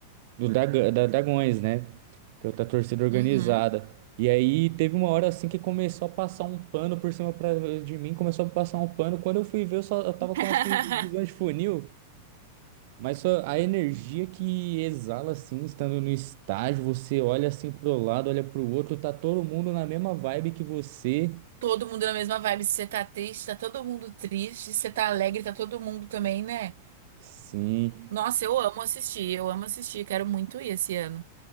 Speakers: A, on the right; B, on the right.
A: do Draga- da Dragões, né? Que é outra torcida organizada.
B: Uhum.
A: E aí teve uma hora assim que começou a passar um pano por cima pra, de mim, começou a passar um pano. Quando eu fui ver, eu só eu tava
B: <laughs>
A: com a visão de funil. Mas só a energia que exala assim, estando no estádio, você olha assim pro lado, olha pro outro, tá todo mundo na mesma vibe que você.
B: Todo mundo na mesma vibe. Se você tá triste, tá todo mundo triste. Se você tá alegre, tá todo mundo também, né?
A: Sim.
B: Nossa, eu amo assistir, eu amo assistir. Quero muito ir esse ano.